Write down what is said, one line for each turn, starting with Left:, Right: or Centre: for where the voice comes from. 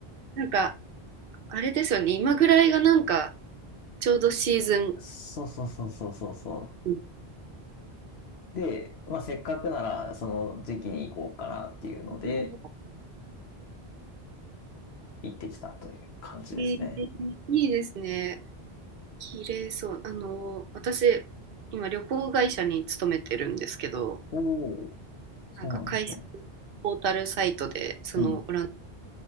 Right: なんか、あれですよね。今ぐらいがなんか、ちょうどシーズン。
Left: そうそうそうそうそうそ
Right: うん
Left: う。で、まあ、せっかくならその時期に行こうかなっていうので、
Right: なるほど
Left: 行ってきたという感じですね。
Right: えーいいですね。綺麗そう。あの、私、今旅行会社に勤めてるんですけど、
Left: おお、そうなんですね。
Right: なんか会社のポータルサイトで、そのオランダ
Left: うん。